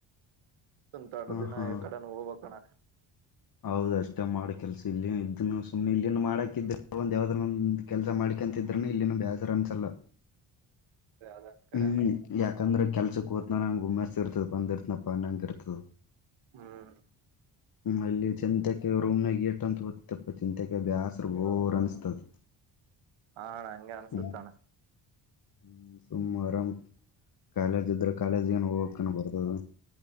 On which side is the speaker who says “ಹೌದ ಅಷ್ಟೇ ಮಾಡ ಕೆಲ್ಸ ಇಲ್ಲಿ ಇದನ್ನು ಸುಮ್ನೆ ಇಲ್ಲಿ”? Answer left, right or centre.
Left